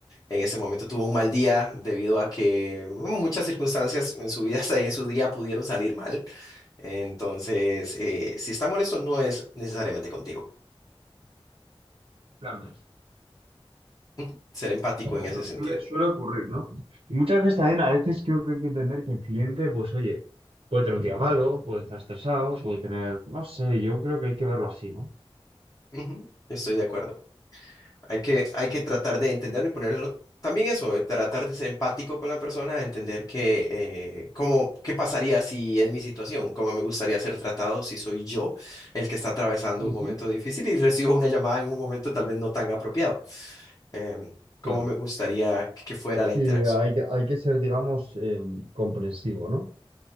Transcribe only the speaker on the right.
Claro,
pero
su-
suele, suele ocurrir, ¿no? Y muchas veces también, a veces creo que hay que entender que el cliente, pues oye, puede tener un día malo, puede estar estresado, puede tener, no sé, yo creo que hay que verlo así, ¿no?
Ujú,
Claro.
Sí,
hay, que- hay que ser, digamos, em, comprensivo, ¿no?